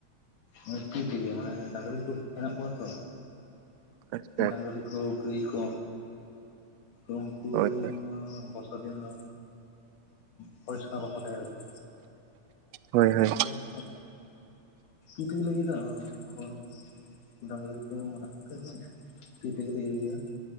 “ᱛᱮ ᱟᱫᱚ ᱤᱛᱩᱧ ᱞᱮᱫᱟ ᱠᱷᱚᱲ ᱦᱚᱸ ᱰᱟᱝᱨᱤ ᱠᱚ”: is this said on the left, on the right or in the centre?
Left